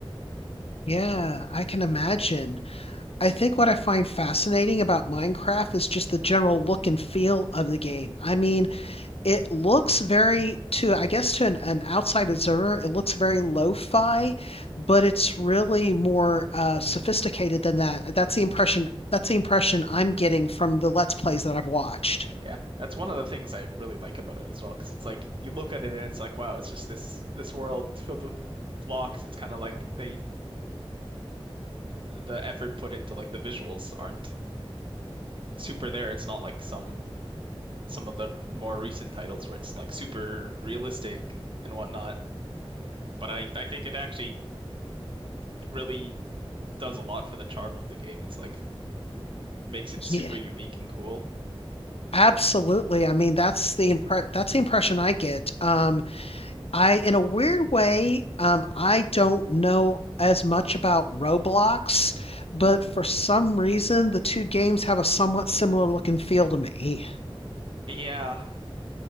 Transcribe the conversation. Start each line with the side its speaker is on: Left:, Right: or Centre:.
Left: Yeah, I can imagine. I think what I find fascinating about Minecraft is just the general look and feel of the game. I mean, it looks very to I guess to an, an outside observer, it looks very lo-fi, but it's really more uh, sophisticated than that. That's the impression that's the impression I'm getting from the Let's Plays that I've watched.
Right: Yeah, that's one of the things I really like about it as well, because it's like you look at it and it's like, wow, it's just this this world filled with blocks. It's kind of like they the effort put into like the visuals aren't super there. It's not like some some of the more recent titles where it's like super realistic and whatnot. But I, I think it actually really does a lot for the charm of the game. It's like makes it super
Left: Yeah,
Right: unique and cool.
Left: absolutely. I mean, that's the impre that's the impression I get. Um, I, in a weird way, um, I don't know as much about Roblox, but for some reason, the two games have a somewhat similar look and feel to me.
Right: Yeah,